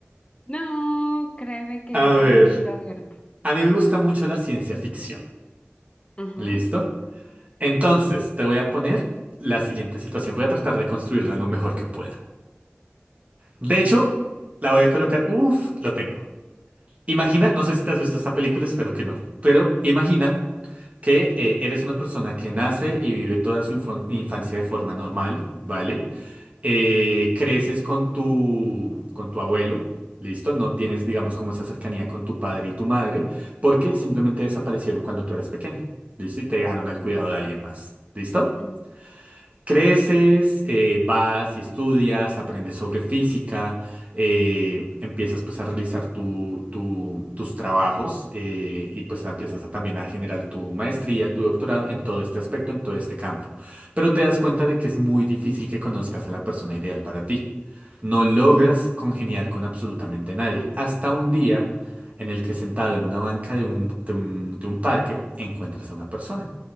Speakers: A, on the left (about 30°); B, on the right (about 35°).
A: No, créeme que yo
B: A
A: soy
B: ver,
A: un libro abierto.
B: a mí me gusta mucho la ciencia ficción.
A: Ujú,
B: ¿Listo? Entonces, te voy a poner la siguiente situación. Voy a tratar de construirla lo mejor que pueda. De hecho, la voy a colocar. Uf, lo tengo. Imagina, no sé si te has visto esta película, espero que no, pero imagina que eh, eres una persona que nace y vive toda su info- infancia de forma normal, ¿vale? Eh, creces con tu, con tu abuelo, ¿listo? No tienes, digamos, como esa cercanía con tu padre y tu madre, porque simplemente desaparecieron cuando tú eras pequeño, ¿listo? Y te dejaron al cuidado de alguien más, ¿listo?
A: ujú.
B: Creces, eh, vas y estudias, aprendes sobre física, eh, empiezas pues a realizar tu- tu- tus trabajos eh, y pues empiezas a, también a generar tu maestría, tu doctorado en todo este aspecto, en todo este campo. Pero te das cuenta de que es muy difícil que conozcas a la persona ideal para ti. No logras congeniar con absolutamente nadie. Hasta un día en el que sentado en una banca de un, de un de un parque encuentras a una persona